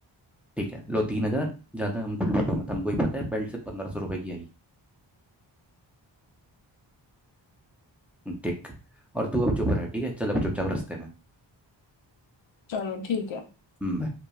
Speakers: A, in the centre; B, on the left (about 75°).
A: ठीक है लो तीन हजार ज़्यादा हमको लूटो मत हमको ही पता है बेल्ट से पंद्रह सौ रुपए की आई ठीक और तू अब चुप रह ठीक है चल अब चुपचाप रास्ते में
B: चलो ठीक है
A: हम्म